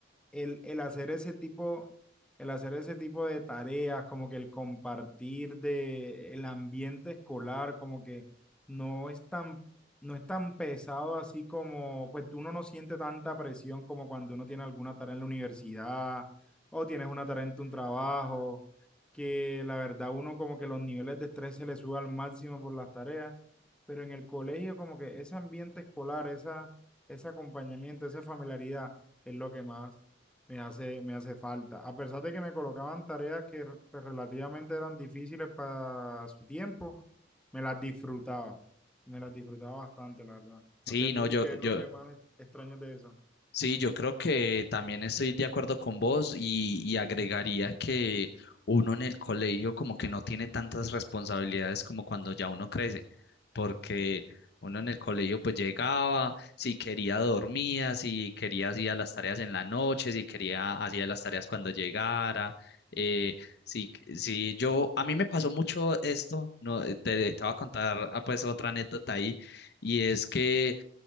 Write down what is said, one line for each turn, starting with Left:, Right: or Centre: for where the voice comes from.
Centre: el, el hacer ese tipo, el hacer ese tipo de tareas, como que el compartir de el ambiente escolar, como que no es tan, no es tan pesado así como, pues uno no siente tanta presión como cuando uno tiene alguna tarea en la universidad o tienes una tarea en tu trabajo, que la verdad uno como que los niveles de estrés se le sube al máximo por las tareas, pero en el colegio como que ese ambiente escolar, esa, ese acompañamiento, esa familiaridad es lo que más me hace, me hace falta. A pesar de que me colocaban tareas que r- pues, relativamente eran difíciles para su tiempo, me las disfrutaba. Me las disfrutaba bastante, la verdad.
Left: Sí,
Centre: No sé tú
Left: no, yo,
Centre: qué es
Left: yo,
Centre: lo que más extraño de eso.
Left: Sí, yo creo que también estoy de acuerdo con vos y, y agregaría que uno en el colegio como que no tiene tantas responsabilidades como cuando ya uno crece, porque uno en el colegio pues llegaba, si quería dormía, si quería hacía las tareas en la noche, si quería hacía las tareas cuando llegara, eh, si, si yo, a mí me pasó mucho esto, no, te, te voy a contar ah, pues otra anécdota ahí, y es que...